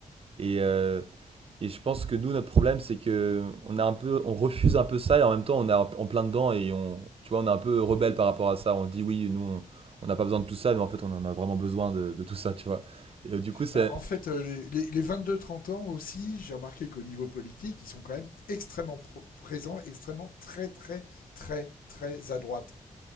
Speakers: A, on the right; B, on the left.
A: Et, euh, et je pense que nous, notre problème, c'est que on a un peu, on refuse un peu ça, et en même temps, on est en plein dedans, et on, tu vois, on est un peu rebelle par rapport à ça. On dit oui, nous, on- on n'a pas besoin de tout ça, mais en fait, on en a vraiment besoin de, de tout ça, tu vois. Et euh, du coup, c'est,
B: Bah, en fait, euh, les, les, les 22-30 ans aussi, j'ai remarqué qu'au niveau politique, ils sont quand même extrêmement pro- présents, extrêmement très très très très à droite,